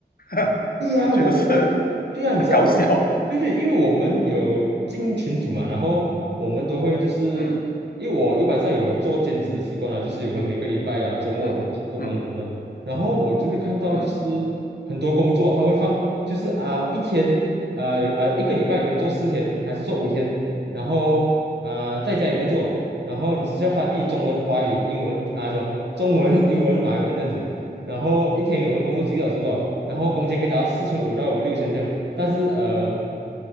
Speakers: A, on the left; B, on the right.
A: <laughs>
B: 对呀，
A: 我觉得是
B: 我现在，对呀，你知道我，
A: 很搞笑。
B: 对对，因为我们有进群组嘛，然后我们都会就是，
A: 嗯
B: 因为我一般上有做兼职的习惯啦，就是有个每个礼拜啊、周末我都是做工职啊，
A: 嗯嗯嗯
B: 然后我就会看到就是很多工作他会放，
A: 嗯
B: 就是啊、一天啊有啊、一个礼拜有个人做四天还是做五天，然后啊、在家里工作，然后你只需要翻译中文、华语、英文啊什么中文、英文、马来文这样子。然后一天有人工作几个小时吧，然后工钱可以达到四千五到五六千这样。但是呃，